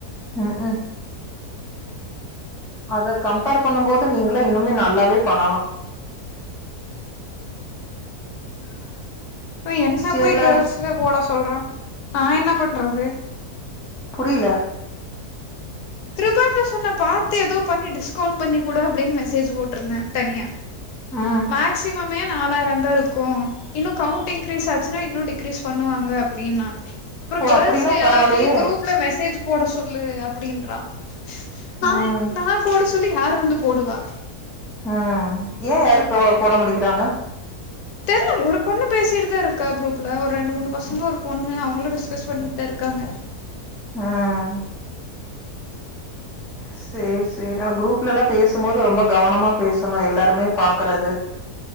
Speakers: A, in the centre; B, on the left.
A: ம்ஹீம் அத கம்பேர் பண்ணும்போது நீங்கள இன்னுமே நல்லாவே பண்ணலா
B: இப்ப என்ன
A: இயர்ல
B: போய் கேள்ஸ்ல போட சொல்ற நா என்ன பண்றது
A: புரியல
B: கிருபாட்ர சொன்ன பாத்து ஏதோ பண்ணி டிஸ்கவுண்ட் பண்ணி கூடு அப்டினு மெசேஜ் போட்ருந்தே தனியா
A: ம்
B: மேக்சிமமே நாலாயிரந்தாருக்கு இன்னு கவுண்ட் இன்கிரீஸ் ஆச்சுனா இன்னு டிக்ரீஸ் பண்ணுவாங்க அப்டின்னா அப்றோ
A: ஓ
B: கேல்ஸ்
A: அப்படின்னா பரவாயில்லையே
B: எல்லாத்துலயு குரூப்ல மெசேஜ் போட சொல்லு அப் அப்டின்றா நா
A: ம்
B: எங் நா போட சொல்லி யார் வந்து போடுவா?
A: உம் ஏன் யாரு போ போட மாடிக்கிறாங்க.
B: தெர்ல ஒரு பொண்ணு பேசிட்டு தான் இருக்கா குருப் ப்பல ஒரு ரெண்டு மூணு பசங்க ஒரு பொண்ணு அவங்களா டிஸ்கஸ் பண்ணிகிட்டு தான் இருக்காங்க.
A: ஆஹ் சேரி சேரி நான் குரூப்லலாம் பேசும் போது ரொம்ப கவனமா பேசணும். எல்லாருமே பாக்குறது